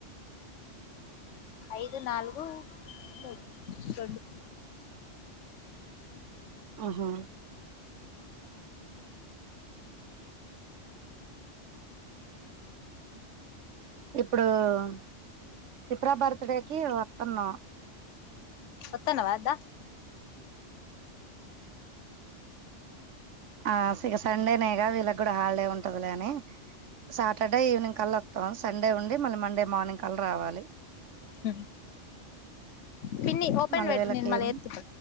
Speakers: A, on the left; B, on the right.
A: ఐదు నాలుగు ము రెండు
B: ఆహా ఎప్పుడూ ఇప్పుడు చిత్ర బర్త్ డేకిి వస్తున్నాం
A: ఓత్తనవా అద్దా
B: ఆహా ఆ సండేనేగా వీళ్ళకి కూడా హాలిడే ఉంటదులేని సాటర్డే ఈవినింగ్ కల్లా వస్తాం సండే ఉండి మళ్ళీ మండే మార్నింగ్ కలా రావాలి
A: హ పిన్ని ఓపెన్
B: మళ్ళీ
A: వెేట
B: వీళ్ళకి
A: ని మలే ఎత్తిట